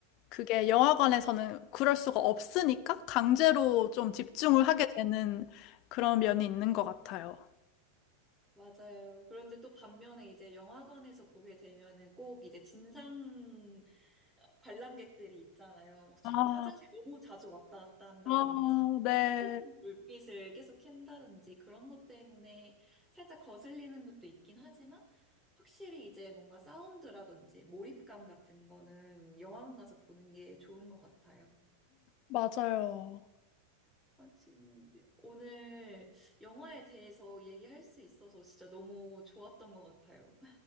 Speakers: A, on the left; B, in the centre.
A: 그게 영화관에서는 그럴 수가 없으니까 강제로 좀 집중을 하게 되는 그런 면이 있는 것 같아요.
B: 맞아요. 그런데 또 반면에 이제 영화관에서 보게 되면은 꼭 이제 진상 어, 관람객들이 있잖아요. 막 지금
A: 아,
B: 화장실 너무 자주 왔다 갔다 한다든지,
A: 아, 네,
B: 핸드폰 불빛을 계속 켠다든지 그런 것 때문에 살짝 거슬리는 것도 있긴 하지만 확실히 이제 뭔가 사운드라든지 몰입감 같은 거는 영화관 가서 보는 게 좋은 것 같아요.
A: 맞아요.
B: 아, 지금 오늘 영화에 대해서 얘기할 수 있어서 진짜 너무 좋았던 것 같아요.